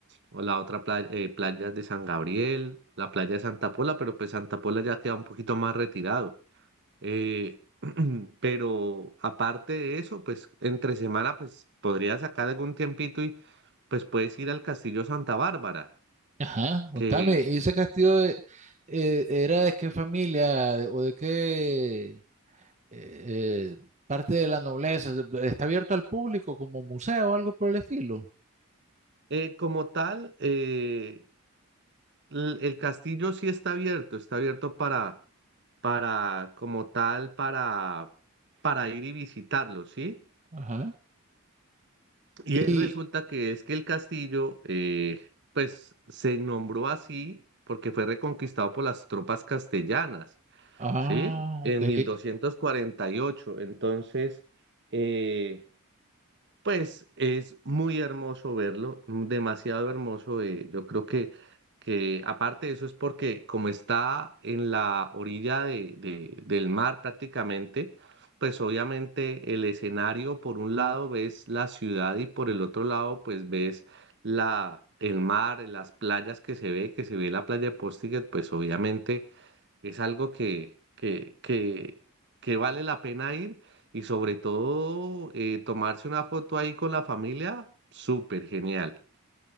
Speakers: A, on the right; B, on the right.
A: o la otra playa, eh, playa de San Gabriel, la playa de Santa Pola, pero pues Santa Pola ya queda un poquito más retirado. Eh, <clears throat> pero aparte de eso, pues entre semana, pues podrías sacar algún tiempito y pues puedes ir al Castillo Santa Bárbara,
B: Ajá, contame,
A: que
B: ¿y ese castillo de- eh, era de qué familia de- o de qué eh, parte de la nobleza, está abierto al público como museo o algo por el estilo.
A: eh, como tal, eh, l- el castillo sí está abierto, está abierto para, para, como tal, para, para ir y visitarlo, ¿sí?
B: Ajá.
A: Y
B: Y,
A: eh, resulta que es que el castillo, eh, pues se nombró así porque fue reconquistado por las tropas castellanas,
B: ah,
A: ¿sí? En
B: ok.
A: mil doscientos cuarenta y ocho Entonces, eh, pues es muy hermoso verlo, mm, demasiado hermoso. eh, Yo creo que, que aparte de eso es porque como está en la orilla de, de- del mar prácticamente, pues obviamente el escenario por un lado ves la ciudad y por el otro lado pues ves la, el mar, las playas que se ve, que se ve la playa de Postiguet, pues obviamente es algo que, que, que, que vale la pena ir. Y sobre todo, eh, tomarse una foto ahí con la familia, súper genial.